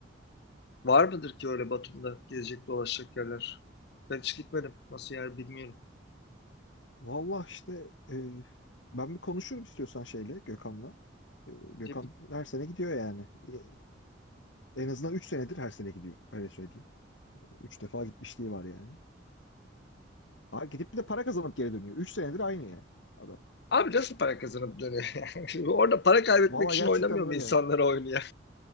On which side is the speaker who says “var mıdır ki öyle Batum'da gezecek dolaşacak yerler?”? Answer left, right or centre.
Left